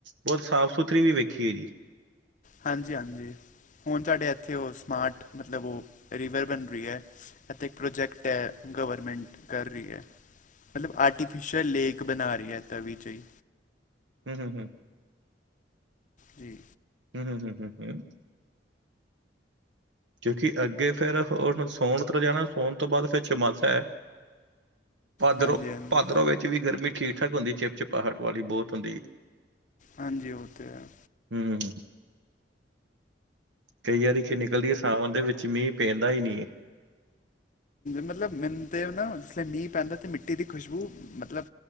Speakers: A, on the right (about 80°); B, on the left (about 45°).
A: ਬਹੁਤ ਸਾਫ਼ ਸੁਥਰੀ ਵੀ ਵੇਖੀ ਹੈ ਜੀ।
B: ਹਾਂਜੀ ਹਾਂਜੀ ਹੁਣ ਸਾਡੇ ਇੱਥੇ ਉਹ ਸਮਾਰਟ ਮਤਲਬ ਉਹ ਰੀਵਰ ਬਣ ਰਹੀ ਹੈ। ਐ ਤੇ ਇੱਕ ਪ੍ਰੋਜੈਕਟ ਹੈ, ਗਵਰਮੈਂਟ ਕਰ ਰਹੀ ਹੈ। ਮਤਲਬ ਆਰਟੀਫਿਸ਼ਅਲ ਲੇਕ ਬਣਾ ਰਹੀ ਹੈ ਤਵੀ ਜਹੀ
A: ਹੂੰ- ਹੂੰ - ਹੂੰ-
B: ਜੀ
A: ਹੂੰ - ਹੂੰ - ਹੂੰ- ਹੂੰ। ਕਿਉਂਕਿ ਅੱਗੇ ਫੇਰ ਸੋਣ <unintelligible> ਜਾਣਾ ਸੋਣ ਤੋਂ ਬਾਅਦ ਫੇਰ ਚੋਮਾਸਾ ਹੈ। ਭਾਦਰੋਂ
B: ਹਾਂਜੀ ਹਾਂਜੀ
A: ਭਾਦਰੋਂ ਵਿੱਚ ਵੀ ਗਰਮੀ ਠੀਕ ਠਾਕ ਹੁੰਦੀ ਚਿਪਚਿਪਾਹਟ ਵਾਲੀ ਬਹੁਤ ਹੁੰਦੀ।
B: ਹਾਂਜੀ ਉਹ ਤੇ ਹੈ।
A: ਹੂੰ ਕਈ ਵਾਰੀ <unintelligible> ਨਿਕਲਦੀ ਹਾਂ ਓਹੰਦੇ ਵਿੱਚ ਮੀਂਹ ਪੈਂਦਾ ਹੀ ਨਹੀਂ।
B: ਮਤਲਬ ਮੈਨੂੰ ਤੇ ਨਾ ਜਿਸ ਲੇ ਮੀਂਹ ਪੈਂਦਾ ਸੀ ਮਿੱਟੀ ਦੀ ਖੁਸ਼ਬੂ ਮਤਲਬ